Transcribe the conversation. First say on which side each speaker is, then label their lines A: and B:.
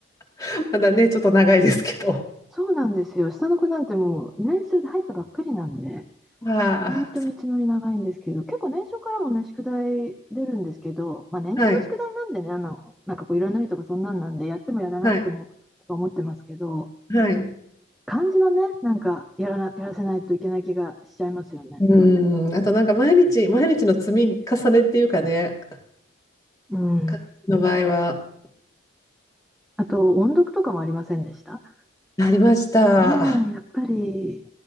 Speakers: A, on the left; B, in the centre.
A: <laughs> まだね、ちょっと長いですけど。
B: そうなんですよ。下の子なんてもう年少で入ったばっかりなんで、
A: ああ、
B: ほんと道のり長いんですけど、
A: そ
B: 結構年少からもね、宿題出るんですけど、まあ年少の宿題なんでね、
A: はい、
B: あの、なんかこう色塗りとかそんなんなんで、やってもやらなくてもとか思ってますけど、
A: はい、はい。
B: 漢字はね、なんかやらな、やらせないといけない気がしちゃいますよね。
A: うん、あとなんか毎日、毎日の積み重ねっていうかね、
B: うん。
A: 感じの場合は、
B: あと、音読とかもありませんでした
A: ありました。
B: ねえ、やっぱり